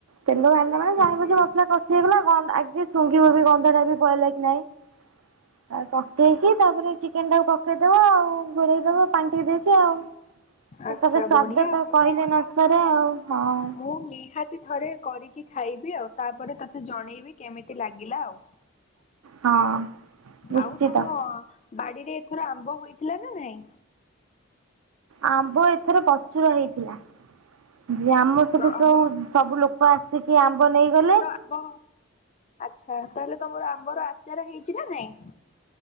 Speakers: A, on the right; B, on the left.
A: ତେଲ ଭାଲା ମାନେ ଜାଣିବୁ
B: ହୁଁ
A: ଯେ ମସଲା କଷି ହେଇଗଲା ଗ ଆଗେ ଶୁଙ୍ଘିବ ବି ଗନ୍ଧ ଟା ବି ବଳ ଲାଗି ନହିଁ। <inaudible> ତାପ ପକେଇଛି ତାପରେ ଚିକେନ ଟାକୁ ପକେଇଦବା ଆଉ ଘୋଡେଇଦବ ପାଣି ଟିକ ଦେଇଛି ଆଉ।
B: ଆଛା
A: ତାପରେ ସ୍ୱାଦ
B: ବଢିଆ
A: ତ
B: ମୁଁ
A: କହିଲେ ନ ସରେ ଆଉ ହଁ
B: ମୁଁ ନିହାତି ଥରେ କରିକି ଖାଇବି ଆଉ ତାପରେ ତତେ ଜଣେଇବି କେମିତି ଲାଗିଲା ଆଉ।
A: ହଁ ନିଶ୍ଚିତ
B: ଆଉ ତମଅ ବାଡିରେ ଏଥର ଆମ୍ବ ହୋଇଥିଲା ନା ନାଇଁ?
A: ଆମ୍ବ ଏଥର ପ୍ରଚୁର ହେଇଥିଲା। ଜାଆମ ସତୁ
B: ଆମ୍ବ
A: ସବୁ ସବୁ ଲୋକ ଆସିକି ଆମ୍ବ ନେଇଗଲେ
B: ହଁ ଆଛା ତାହେଲେ ତମର ଆମ୍ବର ଆଚାର ହେଇଛି ନା ନାଇଁ?